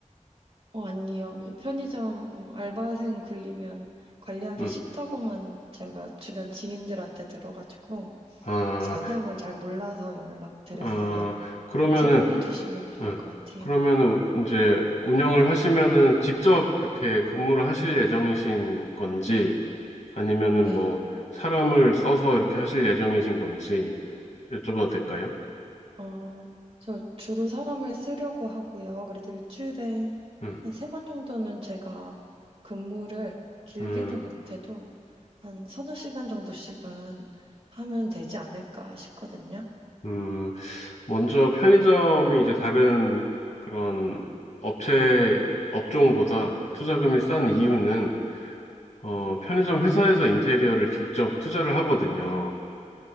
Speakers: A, on the right; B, on the left.
A: 어, 아니요. 편의점 음, 알바생 굴리면 관리하기
B: 음.
A: 쉽다고만 제가 주변 지인들한테 들어가지고,
B: 아,
A: 자세한 건 잘 몰라서 연락드렸어요.
B: 아, 그러면은
A: 설명해 주시면 좋을
B: 음,
A: 것 같아요.
B: 그러면은 이제 운영을 하시면은 직접 이렇게 근무를 하실 예정이신 건지 아니면은
A: 네.
B: 뭐 사람을 써서 이렇게 하실 예정이신 건지 여쭤봐도 될까요?
A: 어, 저 주로 사람을 쓰려고 하고요. 그래도 일주일에
B: 음,
A: 한 세 번 정도는 제가 근무를 길게는
B: 음,
A: 못해도 한 서너 시간 정도씩은 하면 되지 않을까 싶거든요.
B: 음, 먼저 편의점이 이제 다른 그런 업체 업종보다 투자금이 싼 이유는 어, 편의점 회사에서 인테리어를 직접 투자를 하거든요.